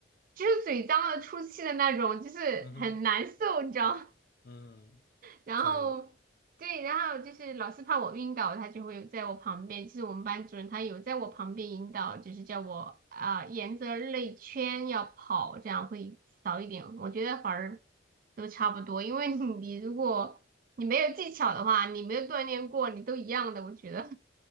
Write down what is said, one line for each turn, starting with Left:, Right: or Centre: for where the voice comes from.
Right: 就是嘴张了出气的那种，就是很难受，
Left: 嗯哼，
Right: 你知道吗？
Left: 嗯，
Right: 然后对，
Left: 对
Right: 然后就是老师怕我晕倒，他就会在我旁边，其实我们班主任他有在我旁边引导，就是叫我啊、沿着内圈要跑，这样会少一点。我觉得反而都差不多，因为你你如果你没有技巧的话，你没有锻炼过，你都一样的，我觉得。